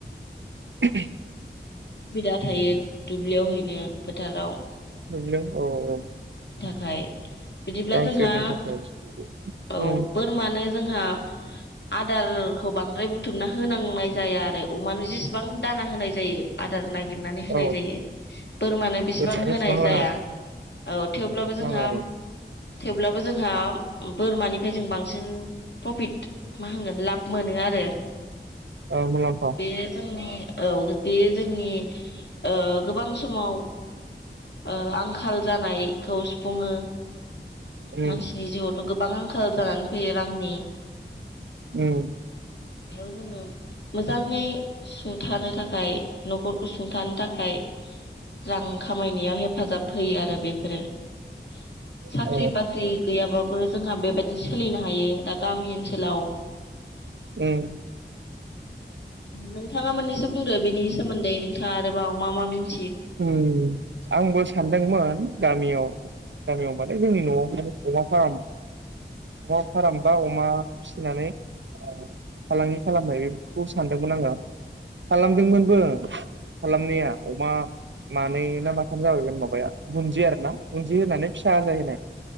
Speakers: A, on the right (about 80°); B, on the left (about 65°).
A: <unintelligible>
B: बिदा थायो दुब्लियाव हैनो फोथाराव
A: दुब्लियाव औ औ
B: खाय बिदिब्ला
A: गांसो
B: जोंहा
A: बेनि थाखाय
B: औ
A: उम
B: बोरमानो जोंहा आदारखौ बांद्राय बुथुमना होनांनाय जाया आरो अमानो जेसेबां दाना होनाय जायो आदार नाय गिरनानै होनाय
A: औ
B: जायो बोरमानो बिसिबां
A: ओरैनो
B: होनाय
A: इसिबां
B: जाया
A: नाङा
B: औ थेवब्लाबो जोंहा
A: रां आरो
B: थेवब्लाबो जोंहा बोरमानिफ्राय जों बांसिन प्रफिट मा होनगोन लाब मोनो आरो
A: औ मुलाम्फा
B: बे जोंनि औ बे जोंनि ओ गोबां समाव ओ आंखाल जानायखौ सुफुङो
A: उम
B: मानसि <unintelligible> गोबां आंखाल जानानै फैयो । रांनि
A: उम
B: बेयाव जोंनो मोजाङै सुंथानो थाखाय न'खरखौ सुंथानो थाखाय रां खामायनायाव हेफाजाब होयो आरो बेफोरो ।
A: उ
B: ख्रि
A: <unintelligible>
B: बाख्रि गैयाबाबो जोंहा बेबायदि सोलिनो हायो दा गामि ओनसोलाव
A: उम
B: नोंथाङा मोननैसो बुंदो बेनि सोमोन्दै नोंथाङा आरोबाव मा मा मिन
A: ओम आंबो सानदोंमोन गामियाव गामियाव माने जोंनि न'यावहाय अमा फार्म अमा फार्म बा अमा फिसिनानै ओ फालांगि खालामनाय बेखौ सानदोंमोन आङो । खालामदोंमोनबो खालामनाया अमा मानै ना माथाम जाबायमोन माबाया बुन्दिया आरो ना । बुन्दि होनानै फिसा आजाय होनाय